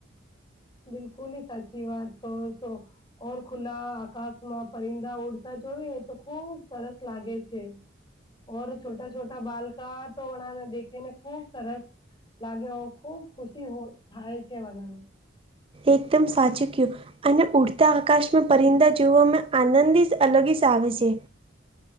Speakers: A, on the left; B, on the right.
A: બિલકુલ સાચી વાત કહો છો ઓર ખુલ્લા આકાશમાં પરિંદા ઉડતા જોઈએ તો ખુબ સરસ લાગે છે. ઓઔ છોટા છોટા બાલકા તો વડા દેખે ને ખૂબ સરસ લાગે ખુબ ખુશી થાય છે બધાને
B: એકદમ સાચું કયું અને ઉડતા આકાશમાં પરિંદા જોવામાં આનંદ અલગ આવે છે.